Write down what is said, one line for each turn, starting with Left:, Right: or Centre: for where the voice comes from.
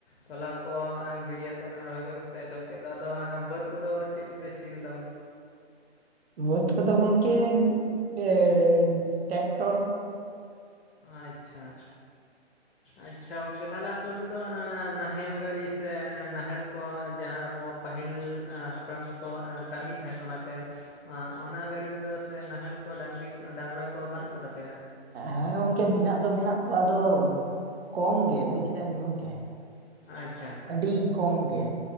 Left: ᱛᱚᱞᱟ ᱠᱚ ᱮᱸ ᱜᱤᱰᱤᱭᱟᱛᱮ ᱱᱚᱜᱼᱚᱭ ᱨᱚᱦᱚᱭ ᱠᱟᱹᱢᱤ ᱯᱮ ᱮᱛᱚᱦᱚᱵ ᱠᱮᱫ ᱫᱚ, ᱟᱫᱚ ᱵᱟᱹᱫᱽ ᱠᱚᱫᱚ ᱪᱮᱫ ᱛᱮᱯᱮ ᱥᱤ ᱞᱮ?
Right: ᱵᱟᱹᱫ ᱠᱚᱫᱚ ᱜᱚᱢᱠᱮ ᱮ ᱴᱮᱠᱴᱚᱨ᱾
Left: ᱟᱪᱪᱷᱟ ᱟᱪᱪᱷᱟ ᱜᱚᱝᱠᱮ ᱛᱟᱦᱞᱮ ᱟᱯᱮ ᱚᱱᱛᱮ ᱫᱚ ᱱᱟᱦᱮᱞ ᱜᱟᱹᱲᱤ ᱥᱮ ᱱᱟᱦᱮᱞ ᱠᱚ ᱡᱟᱦᱟᱸ ᱟᱵᱚ ᱯᱟᱹᱦᱤᱞ ᱮᱸ ᱦᱟᱯᱲᱟᱢ ᱠᱚᱠᱚ ᱮᱸ ᱠᱟᱹᱢᱤ ᱛᱟᱦᱮᱸᱫ ᱚᱱᱟᱛᱮ ᱮᱸ ᱚᱱᱟ ᱜᱟᱹᱰᱤ ᱠᱚᱫᱚ ᱥᱮ ᱱᱟᱦᱮᱞ ᱠᱚ ᱰᱟᱝᱨᱤ ᱰᱟᱝᱨᱟ ᱠᱚ ᱵᱟᱹᱱᱩᱜ ᱠᱚ ᱛᱟᱯᱮᱭᱟ?
Right: ᱦᱮᱸ ᱜᱚᱝᱠᱮ ᱢᱮᱱᱟᱜ ᱫᱚ ᱢᱮᱱᱟᱜ ᱠᱚᱣᱟ ᱟᱫᱚ ᱠᱚᱢ ᱜᱮ ᱵᱩᱡ ᱠᱮᱫᱟᱵᱤᱱ ᱜᱚᱝᱠᱮ?
Left: ᱟᱪᱪᱷᱟ
Right: ᱟᱹᱰᱤ ᱠᱚᱢ ᱜᱮ